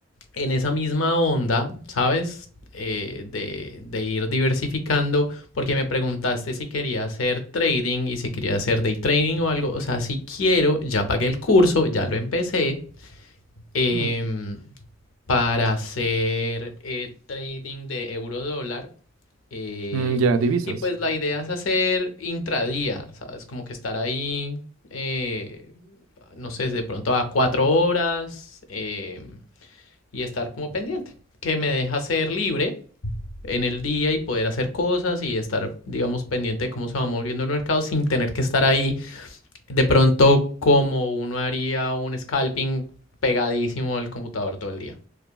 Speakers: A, on the left; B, on the right.
A: en esa misma onda, ¿sabes? eh, de, de ir diversificando, porque me preguntaste si quería hacer trading y si quería hacer day trading o algo. O sea, si quiero, ya pagué el curso, ya lo empecé. em,
B: Mm.
A: para hacer eh, trading de euro dólar. eh,
B: Mm, Ya, divisas.
A: y pues la idea es hacer intradía, ¿sabes? Como que estar ahí, eh, no sé, de pronto a cuatro horas eh, y estar como pendiente, que me deja ser libre en el día y poder hacer cosas y estar, digamos, pendiente de cómo se va moviendo el mercado sin tener que estar ahí de pronto como uno haría un scalping pegadísimo al computador todo el día.